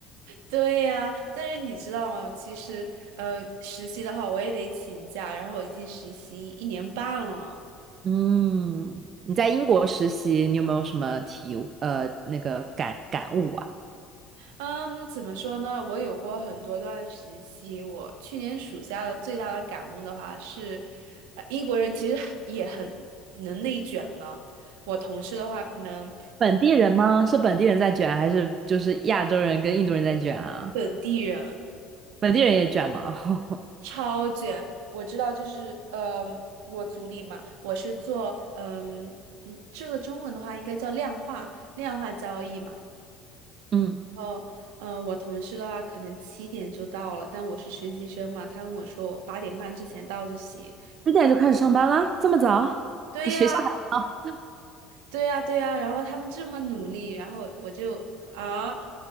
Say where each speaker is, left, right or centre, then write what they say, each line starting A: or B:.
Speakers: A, on the right; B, on the right.
A: 对呀，但是你知道吗？其实呃，实习的话我也得请假，然后我已经实习一年半了。
B: 嗯，你在英国实习，你有没有什么体悟呃那个感感悟啊？
A: 嗯，怎么说呢？我有过很多段时期。我去年暑假的最大的感悟的话是，呃，英国人其实很也很能内卷呢。我同事的话，可能
B: 本地人吗？是本地人在卷，还是就是亚洲人跟印度人在卷啊？
A: 本地人
B: 本地人也卷吗？<laughs>
A: 超卷。我知道，就是嗯，我组里嘛，我是做嗯嗯，这个中文的话应该叫量化量化交易嘛。
B: 嗯，
A: 哦，嗯，我同事的话可能七点就到了，但我是实习生嘛，他跟我说我八点半之前到就行。
B: 几点就开始上班啦？这么早？
A: 对呀。
B: 比学校还早？
A: 对呀，对呀，然后他们这么努力，然后我就啊，